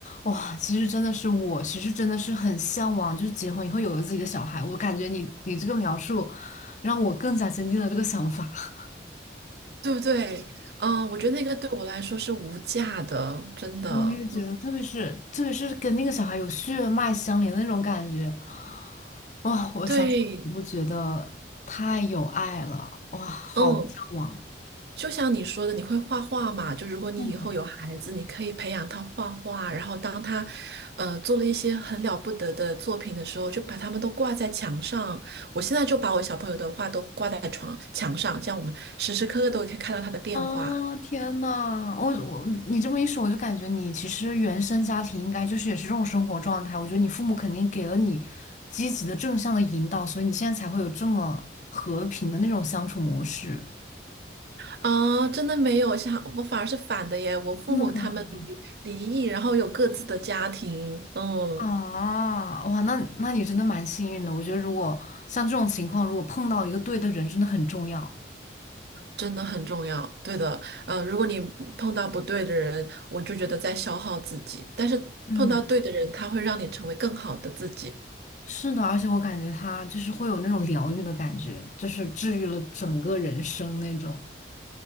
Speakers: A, on the left; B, on the right.
A: 哇，其实真的是我，其实真的是很向往，就是结婚以后有了自己的小孩。我感觉你你这个描述，让我更加坚定了这个想法。<laughs>
B: 对不对？嗯，我觉得那个对我来说是无价的，真的。
A: 我也觉得，特别是特别是跟那个小孩有血脉相连的那种感觉，哇！我想想，
B: 对，
A: 我都觉得太有爱了，哇，好向往。
B: 嗯，就像你说的，你会画画嘛？就如果你以后有孩子，
A: 嗯。
B: 你可以培养他画画，然后当他，呃，做了一些很了不得的作品的时候，就把他们都挂在墙上。我现在就把我小朋友的画都挂在床墙上，这样我们时时刻刻都可以看到他的变化。
A: 啊，天呐，我我你这么一说，我就感觉你其实原生家庭应该就是也是这种生活状态。我觉得你父母肯定给了你积极的正向的引导，所以你现在才会有这么和平的那种相处模式。
B: 啊，真的没有，像我反而是反的耶。我父母他们离离异，
A: 真的吗？
B: 然后有各自的家庭，嗯。
A: 啊，哇，那那你真的蛮幸运的。我觉得如果像这种情况，如果碰到一个对的人，真的很重要。
B: 真的很重要，对的，呃，如果你碰到不对的人，我就觉得在消耗自己，但是碰到对的人，
A: 嗯，
B: 他会让你成为更好的自己。
A: 是的，而且我感觉他就是会有那种疗愈的感觉，就是治愈了整个人生那种。